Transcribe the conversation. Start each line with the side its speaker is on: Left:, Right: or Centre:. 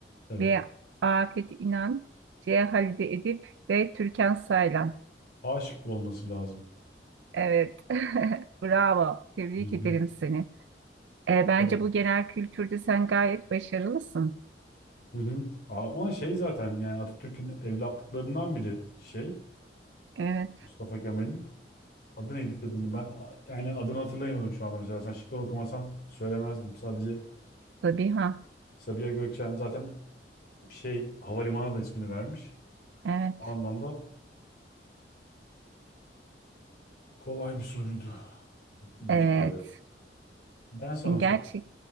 Left: Evet.
Right: B. Afet İnan C. Halide Edip D. Türkan Saylan
Left: Aşık olması lazım.
Right: Evet. <laughs> Bravo. Tebrik
Left: Hı hı.
Right: ederim seni. Ee, bence
Left: Tabii.
Right: bu genel kültürde sen gayet başarılısın.
Left: Hı hı. A- Ama şey zaten yani Atatürk'ün evlatlıklarından biri şey
Right: Evet.
Left: Mustafa Kemal'in. Adı neydi kadını? Ben a- yani adını hatırlayamadım şu anda mesela. Sen şıklar okumasan söylemezdim. Sadece
Right: Sabiha.
Left: Sabiha Gökçen zaten şey havalimanına da ismini vermiş.
Right: Evet.
Left: O anlamda kolay bir soruydu bana
Right: Evet.
Left: göre. Ben sana
Right: Gerçek.
Left: sorayım.